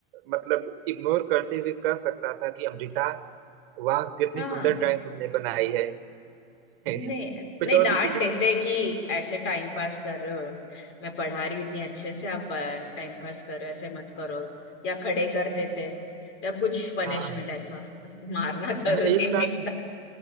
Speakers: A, on the right (about 65°); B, on the left (about 45°).
A: मतलब इग्नोर करते हुए कह सकता था कि अमृता वाह कितनी
B: हाँ
A: सुंदर ड्राइंग तुमने बनाई है
B: नहीं
A: <laughs> कुछ
B: नहीं
A: और
B: डांट
A: भी चीजें
B: देते कि ऐसे टाइम पास कर रहे हो मैं पढ़ा रही हूँ इतनी अच्छे से आप टाइम पास कर रहे हो ऐसे मत करो या खड़े कर देते या कुछ पनिशमेंट
A: हाँ
B: ऐसा मारना <laughs> जरूरी
A: एक साथ
B: नहीं था